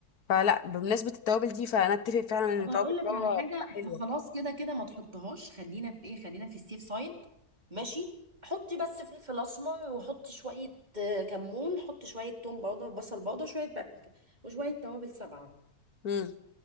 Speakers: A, on the left; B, on the right.
A: فلا بمناسبه التوابل دي فانا اتفق فعلا ان
B: طب
A: التوابل
B: هقول لك
A: بره
B: على حاجه
A: بتبقى حلوه
B: فخلاص كده كده ما تحطهاش خلينا في ايه خلينا في السيف سايد ماشي حطي بس فلفل اسمر وحطي شويه آه، كمون حطي شويه توم باودر بصل باودر شويه بابريكا وشويه توابل سبعه
A: امم